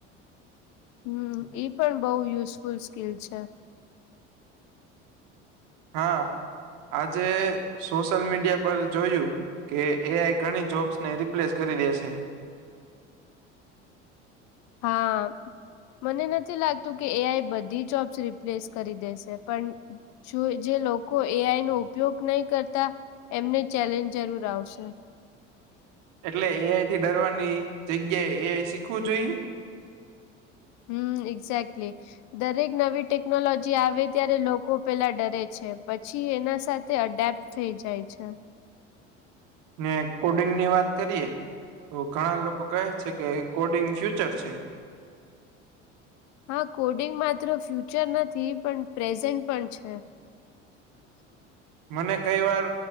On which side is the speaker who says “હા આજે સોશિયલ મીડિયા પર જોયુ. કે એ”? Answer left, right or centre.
Right